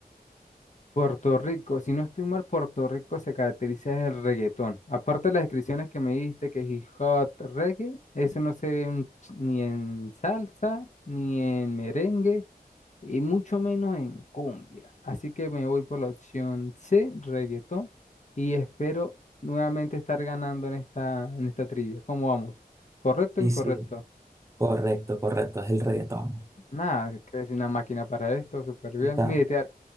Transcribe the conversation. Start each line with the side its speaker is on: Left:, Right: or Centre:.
Left: Puerto Rico, si no estoy mal, Puerto Rico se caracteriza del reggaetón. Aparte de las descripciones que me diste, que es hip hop, reggae, eso no se ve en ch- ni en salsa, ni en merengue, y mucho menos en cumbia. Así que me voy por la opción C, reggaetón, y espero nuevamente estar ganando en esta, en esta trivia. ¿Cómo vamos? ¿Correcto
Right: Y
Left: o incorrecto?
Right: sí, correcto, correcto, es el reggaetón.
Left: Nada, que es una máquina para esto, súper bien.
Right: Está,
Left: Mire, te- ha-